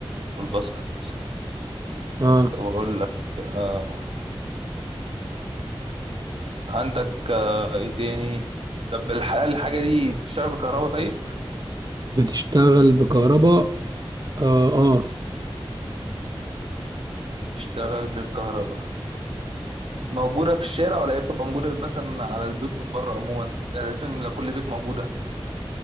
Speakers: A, on the right; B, on the right.
A: والباسكت
B: آه
A: طب اقول لك آه عندك آه، ايه تاني طب الح- الحاجة دي بتشتغل بالكهرباء طيب
B: بتشتغل بكهرباء آه آه
A: تشتغل بالكهرباء موجودة في الشارع ولا هي بتبقى موجودة مثلا على البيوت من بره عموما لا لازم لو كل بيت موجودة